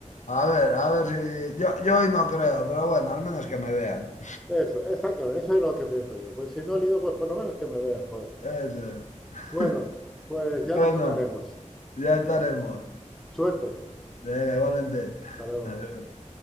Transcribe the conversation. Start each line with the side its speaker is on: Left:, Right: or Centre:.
Left: A ver, a ver si. Yo, yo hoy no creo, pero bueno, al menos que me vean.
Centre: Eso, exactamente, eso es lo que pienso yo. Pues si no ligo, pues por lo menos que me vean, joder.
Left: Eso es. <laughs>
Centre: Bueno, pues
Left: Bueno,
Centre: ya nos contaremos.
Left: ya estaremos.
Centre: Suerte,
Left: Venga, igualmente.
Centre: hasta
Left: <laughs>
Centre: luego.
Left: Adiós.